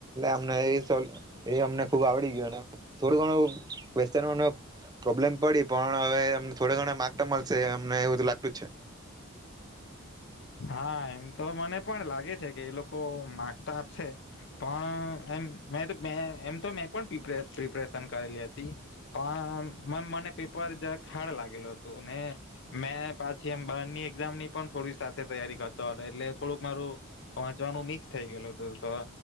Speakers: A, on the right; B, on the left.
A: અમને એ સર અમને એ આવડી ગયું અને થોડું ઘણું કવેશચનો નું પ્રોબ્લેમ પડી પણ હવેમ થોડ ઘણા માર્ક તો મળશે અમને એવું લાગતું જ છે
B: હા એમ તો મને પણ લાગે છે કે એ લોકો માર્ક તો આપશે પણ એમ મે મે એમ તો મેં પણ પ્રિપરેશન કરેલી હતી પણ મને પેપર જરાક હાર્ડ લાગેલું હતું ને મે પાછી એમ બહારની એઝામની પણ થોડી, સાથે તૈયારી કરતો એટલે થોડુંક મારું વાંચવાનું મિક્સ થઈ ગયેલું હતું તો